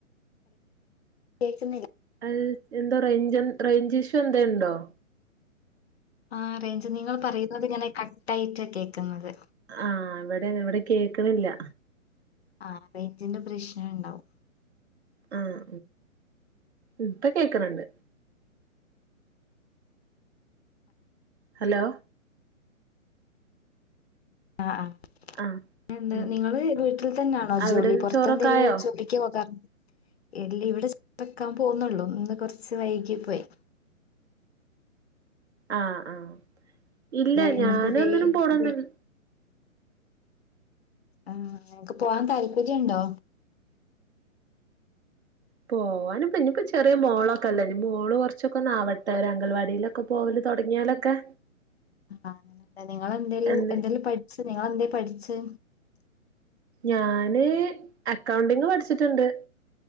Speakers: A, on the left (about 50°); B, on the right (about 50°).
A: കേക്കുന്നില്ലെ
B: അഹ് എന്തോ റെയ്ഞ്ച്എൻ റേയ്ഞ്ച്ശൂ എന്തേണ്ടോ
A: ആഹ് റേയ്ഞ്ച് നിങ്ങൾപറയുന്നത് ഇങ്ങനെ കട്ടആയിട്ടകേക്ക്‌ന്നത്
B: ആഹ് ഇവടെഅങ്ങനെ ഇവടെകേക്കണില്ല
A: ആഹ് റെയ്ഞ്ച്ന്റെ പ്രശ്നണ്ടാവും
B: ആഹ് ഉ ഇപ്പകേക്ക്‌ണണ്ട് ഹലോ
A: ആഹ്
B: ആഹ്
A: എന്ത്‌
B: ഉം
A: നിങ്ങള് വീട്ടിൽ തന്നെആണോജോലി
B: അവിടെന്ന്
A: പുറത്തെന്തേലുംജോലി
B: ചോറൊക്കായോ
A: ക്ക്യുംഓകം ഇല്ല്യ ഇവിടെ <inaudible> വെക്കാൻ പോകുന്നൊള്ളൂ ഇന്ന്കൊറച്ച് വൈകിപോയി
B: ആഹ് ആഹ് ഇല്ല
A: ഇന്നിപ്പോ
B: ഞാനൊന്നിനും
A: വെയി
B: പോണൊന്നി
A: വെ ആഹ് നിങ്ങക്ക് പോവാൻതാല്പര്യണ്ടോ
B: പോവാനും ഇഞ്ഞിപ്പം ചെറിയ മോളൊക്കെല്ലേ മോളുകുറച്ചൊക്കെന്ന് ആവട്ടെ ഒരഅംഗൽവാടിലൊക്കെ പോവല് തൊടങ്യാലൊക്കെ
A: ആഹ് എ നിങ്ങളെന്തേലും
B: എന്ത്
A: എന്തേലുംപഠിച്ച് നിങ്ങളെന്തേപഠിച്ച്
B: ഞാന് അക്കൗണ്ടിങ്പഠിച്ചിട്ട്ണ്ട്